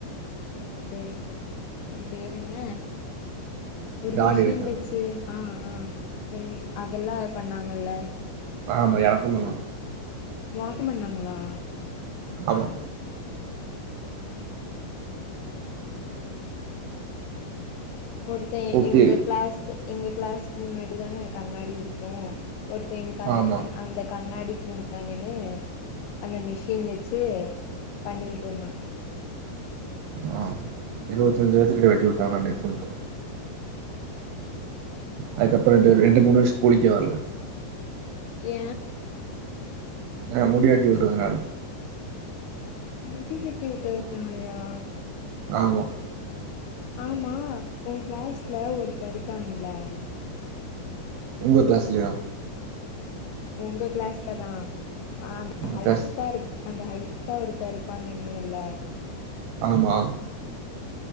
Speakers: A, on the left (about 80°); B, on the right (about 80°).
A: அது அது பேரென்ன ஒரு
B: தாடி
A: மிஷின்
B: எடுக்கறே
A: வெச்சு ஆ ஆ ஒரு மிஷ அதல்லா பண்ணாங்கல்ல
B: ஆமா எனக்கு பண்ணுவா
A: ஒனக்கு பண்ணாங்ளா
B: ஆமா
A: ம் ஒருத்தன்
B: கூப்ட்டு
A: எங்க க்ளாஸ் எங்க க்ளாஸ்க்கு முன்னாடி தான கண்ணாடி இருக்கு ஒருத்த எங் க
B: ஆமா
A: எ அந்த கண்ணாடிக்கு முன் னாடி நின்னு அந்த மிஷின் வெச்சு பண்ணிட்ருந்தா
B: ஆ இருவத்தஞ்சு பேர்த்துகிட்ட வெட்டிவுட்டாங்க அன்னைக்கு மட்டு அதுக்கப்றோ ரெண்டு பேரு ரெண்டு மூணு வேரு ஸ்கூலுக்கே வர்ல
A: ஏ
B: எ முடிவெட்டி உட்டதுனால
A: முடி வெட்டி உட்டதுனாலயா
B: ஆமா
A: ஆமா உங்க க்ளாஸ்ல ஒருத்த இருக்கான்ல
B: எங்க க்ளாஸ்லயா
A: உங்க க்ளாஸ்ல தா அந்த
B: உங்க
A: ஹைட்டா
B: கிளாஸ்
A: இருப்பா அந்த ஹைட்டா ஒருத்த இருப்பா சொன்னியல்ல
B: ஆமா